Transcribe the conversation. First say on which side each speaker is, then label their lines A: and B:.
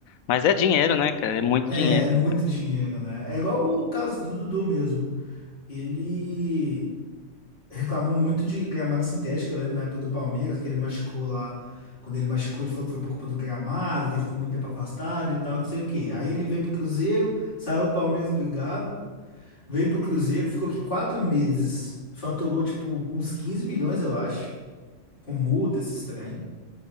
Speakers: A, on the left; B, on the left.
A: Mas é dinheiro, né, cara? É muito
B: É,
A: dinheiro.
B: é muito dinheiro, né? É igual o caso do Dudu mesmo. Ele reclamou muito de gramado sintético, eu lembro na época do Palmeiras, que ele machucou lá. Quando ele machucou, ele falou que foi por culpa do gramado, que ele ficou muito tempo afastado e tal, não sei o quê. Aí ele veio pro Cruzeiro, saiu do Palmeiras, obrigado. Veio pro Cruzeiro, ficou aqui quatro meses, faturou tipo uns 15 milhões, eu acho, com multa, esses trem.